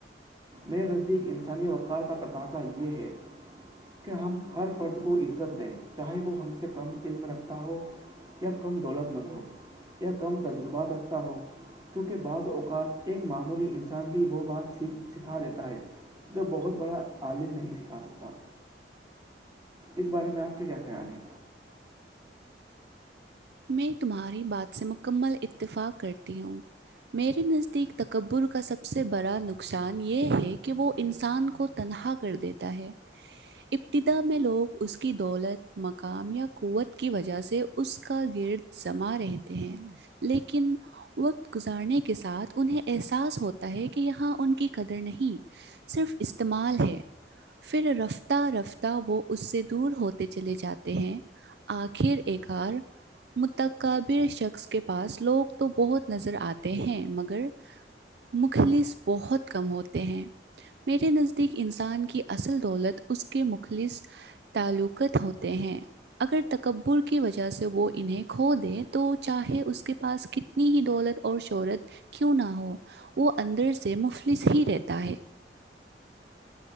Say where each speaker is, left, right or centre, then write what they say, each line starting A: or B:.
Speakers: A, on the right (about 20°); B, on the right (about 65°).
A: میرے نظر ایک انسانی وقار کا تقاضا یہ ہے کہ ہم ہر فرد کو عزت دیں چاہے وہ ہم سے کم علم رکھتا ہو کم دولت مند ہو کم تجربات رکھتا ہو کیونکہ بعض اوقات ایک معمولی انسان بھی وہ بات س سکھا دیتا ہے جو بہت بڑا عالم نہیں سکھا سکتا اس بارے میں آپ کے کیا خیال ہیں
B: میں تمہاری بات سے مکمل اتفاق کرتی ہوں میرے نزدیک تکبر کا سب سے بڑا نقصان یہ ہے کہ وہ انسان کو تنہا کر دیتا ہے ابتدا میں لوگ اس کی دولت مقام یا قوت کی وجہ سے اس کا گرد جما رہتے ہیں لیکن وقت گزارنے کے ساتھ انہیں احساس ہوتا ہے کہ یہاں ان کی قدر نہیں صرف استعمال ہے پھر رفتہ رفتہ وہ اس سے دور ہوتے چلے جاتے ہیں آخر ایکار متقابر شخص کے پاس لوگ تو بہت نظر آتے ہیں مگر مخلص بہت کم ہوتے ہیں میرے نزدیک انسان کی اصل دولت اس کے مخلص تعلقات ہوتے ہیں اگر تکبر کی وجہ سے جب وہ انہیں کھو دے تو چاہے اس کے پاس کتنی ہی دولت اور شہرت کیوں نہ ہو وہ اندر سے مفلس ہی رہتا ہے